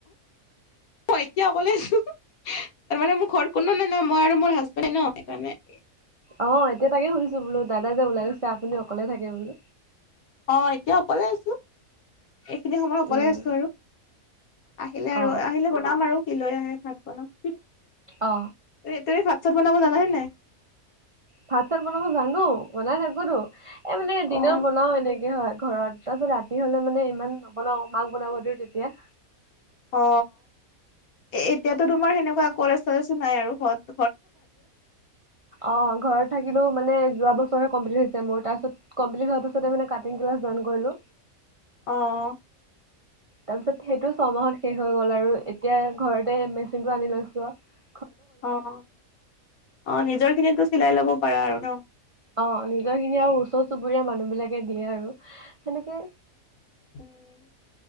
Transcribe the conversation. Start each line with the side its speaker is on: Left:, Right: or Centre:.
Left: অ এতিয়া অকলেন তাৰ মানে মোৰ ঘৰত কোনো নাই নাই মই আৰু মোৰ হাজবেণ্ডৰ ন সেইকাৰণে
Right: অ এতিয়া তাকে সুধিছো বোলো দাদা যে ওলাই গৈছে আপুনি অকলে থাকে বোলো?
Left: অ এতিয়া অকলে আছো এইখিনি সময়ত অকলে
Right: উম
Left: আছো আৰু আহিলে আৰু
Right: অ
Left: আহিলে বনাম আৰু কি লৈ আহে ভাত বনাম এই
Right: অ
Left: তুমি ভাত চাত বনাব জানা হে নাই?
Right: ভাত চাত বনাব জানো বনাই থাকোতো এ মানে
Left: অ',
Right: দিনত বনাও এনেকে হয় ঘৰত তাৰপাছ ৰাতি হলে মানে ইমান নবনাও মাক বনাব দিওঁ তেতিয়া
Left: অ এ এতিয়াতো তোমাৰ সেনেকুৱা কলেজ চলেজো নাই আৰু ঘত
Right: অ ঘৰত থাকিলেও মানে যোৱা বছৰে কমপ্লিট হৈছে মোৰ তাৰপাছত কমপ্লিট হোৱাৰ পাছতে কাটিং ক্লাছ জয়ন কৰিলো
Left: অহ
Right: তাৰ পিছত সেইটো ছমাহত শেষ হৈ গ'ল আৰু এতিয়া ঘৰতে মেচিনটো আনি লৈছো আও
Left: অ অ নিজৰ খিনিতো চিলাই ল'ব পাৰা আৰু ন?
Right: অ নিজৰ খিনি আৰু ওচৰ চুবুৰীয়া মানুহ বিলাকে দিয়ে আৰু সেনেকে
Left: উম